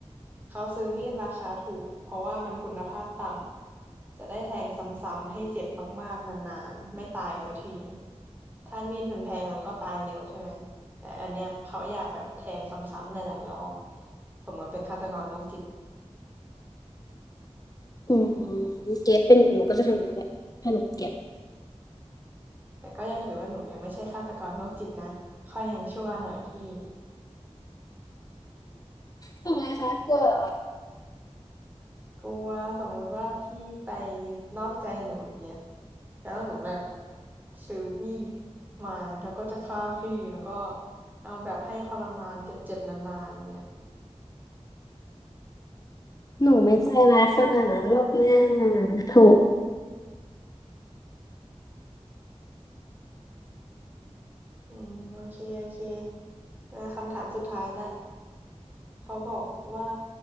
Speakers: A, on the right; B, on the left.
A: เขาซื้อมีดราคาถูกเพราะว่ามันคุณภาพต่ำจะได้แทงซ้ำๆให้เจ็บมากๆนานๆไม่ตายสักทีถ้ามีดมันแพงมันก็ตายเร็วใช่ไหมแต่อันเนี้ยเขาอยากแบบแทงซ้ำๆหลายๆรอบผมก็เป็นฆาตกรโรคจิต
B: อืมเกลียดเป็นหนูหนูก็จะทำอย่างนั้นแหละถ้าหนูเกลียด
A: แต่ก็ยังถือว่าหนูยังไม่ใช่ฆาตกรโรคจิตนะค่อยยังชั่วหน่อยพี่
B: ทำไมคะกลัวเหรอ
A: กลัวสมมุติว่าพี่ไปนอกใจหนูอย่างเงี้ยแล้วหนูแบบซื้อมีดมาแล้วก็จะฆ่าพี่แล้วก็เอาแบบให้ทรมานเจ็บๆนานๆเนี่ย
B: หนูไม่ใจร้ายขนาดนั้นหรอกแม่โถ
A: อืมโอเคโอเคเออคำถามสุดท้ายละ เขาบอกว่า